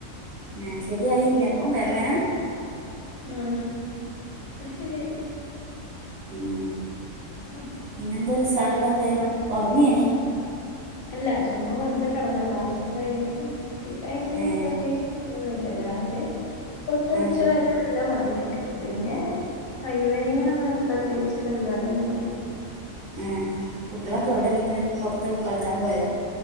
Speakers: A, on the right; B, on the left.
A: ആഹ് ശരിയായില്ലേ അപ്പോ വയറ് വേന
B: ആഹ് അത് ശരിയായി
A: ഉം
B: ആ
A: പിന്നെന്താ ഒരു ഉസാറില്ലാത്തെ
B: മോൻ
A: ഉറങ്ങേനി
B: അല്ല ചുമ്മാ വെറുതെ കടന്ന ക്ലാസ് ഒക്കെ കയിഞ്ഞിട്ട് ഈ ടൈമില്
A: ഏ
B: ഞൻ പ്രത്യേകി പണിയൊന്നുല്ല രാവിലെ തൊട്ട്
A: ആ
B: ഉച്ച വരെ നല്ല പണിയായിരിക്കും പിന്നെ ഇവനിങ്ങിന് പ്രത്യേകിച്ച് പരിപാടിയൊന്നുല്ല
A: ആഹ് കുട്ടിയളൊക്കെ എവിടെ എന്നിട്ട് പുറത്ത് കളിച്ചാൻ പോയോ